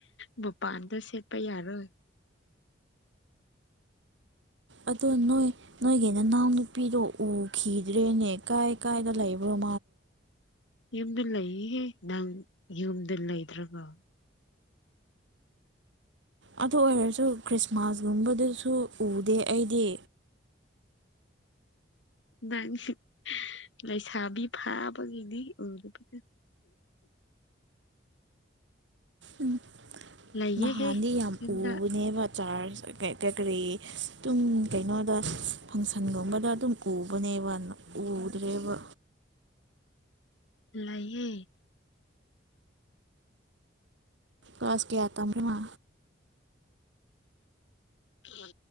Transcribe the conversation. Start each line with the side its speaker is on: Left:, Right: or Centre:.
Left: ꯚꯕꯨꯄꯥꯟꯗ ꯁꯦꯠꯄ ꯌꯥꯔꯣꯏ
Right: ꯑꯗꯣ ꯅꯣꯏ ꯅꯣꯏꯒꯤ ꯅꯅꯥꯎꯅꯨꯄꯤꯗꯣ ꯎꯈꯤꯗ꯭ꯔꯦꯅꯦ ꯀꯥꯏ ꯀꯥꯏꯗ ꯂꯩꯕ꯭ꯔꯣꯣ
Left: ꯌꯨꯝꯗ ꯂꯩꯌꯦꯍꯦ ꯅꯪ ꯌꯨꯝꯗ ꯂꯩꯗ꯭ꯔꯕꯣ
Right: ꯑꯗꯨ ꯑꯣꯏꯔꯁꯨ ꯈ꯭ꯔꯤꯁꯃꯥꯁꯒꯨꯝꯕꯗꯨꯁꯨ ꯎꯗꯦ ꯑꯩꯗꯤ
Left: <unintelligible> ꯂꯩꯁꯥꯕꯤ ꯐꯥꯕꯒꯤꯅꯦ ꯎꯨꯕꯗ
Right: ꯎꯝ
Left: ꯂꯩꯌꯦꯍꯦ
Right: ꯅꯍꯥꯟꯗꯤ ꯌꯥꯝ
Left: ꯌꯨꯝꯗ
Right: ꯄꯨꯕꯅꯦꯕ ꯆꯥꯔꯖ ꯀꯔꯤ ꯀꯔꯤ ꯑꯗꯨꯝ ꯀꯩꯅꯣꯗ ꯐꯪꯁꯟꯒꯨꯝꯕꯗ ꯑꯗꯨꯝ ꯎꯕꯅꯦ ꯕꯟ ꯎꯗ꯭ꯔꯦꯕ
Left: <unintelligible> ꯂꯩꯌꯦ
Right: ꯀꯥꯁ ꯀꯌꯥ ꯇꯃ
Left: ꯀ꯭ꯂ